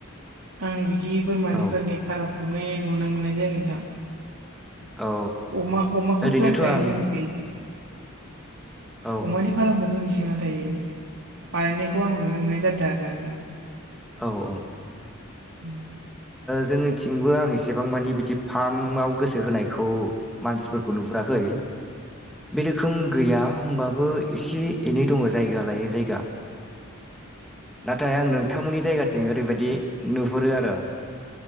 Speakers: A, on the right (about 85°); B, in the centre.
A: आं बिदि बोरमानिफोरनि
B: औ
A: फाराम खालामनाय नुनो मोननाय जायाखै नोंथां
B: औ
A: अमा अमाखौ
B: ओरैनोथ'
A: जथाय
B: आं
A: जोंनि
B: औ
A: अमानि खालामनायखौ मिथियो नाथाय बानायनायखौ आं नुनो मोननाय जादों आरोना नोंथां
B: औ औ
A: उ
B: जोंनिथिंबो आं एसेबां मानि बिदि फार्माव गोसो होनायखौ मानसिफोरखौ नुहुराखै बे रोखोम गैया होमबाबो एसे एनै दङ जायगा लायै जायगा नाथाय आं नोंथांमोननि जायगाथिं ओरैबायदि नुहुरो आरो